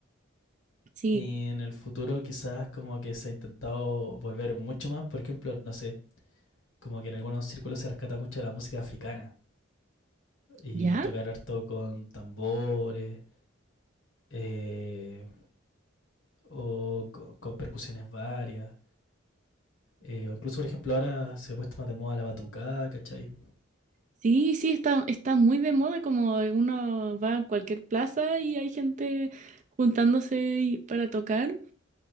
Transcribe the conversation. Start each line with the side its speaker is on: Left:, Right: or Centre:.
Right: sí.
Left: Y en el futuro quizás como que se ha intentado volver mucho más, por ejemplo, no sé, como que en algunos círculos se rescata mucho la música africana y
Right: ¿Ya?
Left: tocar harto con tambores eh, o co- con, percusiones varias. eh, o incluso, por ejemplo, ahora se ha puesto más de moda la batucada, ¿cachai?
Right: Sí, sí, está, está muy de moda, como uno va a cualquier plaza y hay gente juntándose y- para tocar.